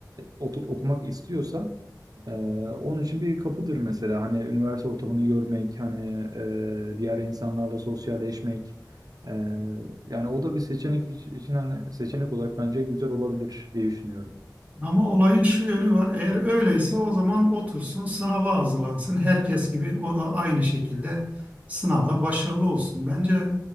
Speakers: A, on the right (about 60°); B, on the right (about 20°).
A: otu- okumak istiyorsa ee, onun için bir kapıdır mesela hani üniversite ortamını görmek, hani e, diğer insanlarla sosyalleşmek. Ee, yani o da bir seçenek iç- için hani seçenek olarak bence güzel olabilir diye düşünüyorum.
B: Ama olayın şu yönü var. Eğer öyleyse o zaman otursun sınava hazırlansın. Herkes gibi o da aynı şekilde sınavda başarılı olsun. Bence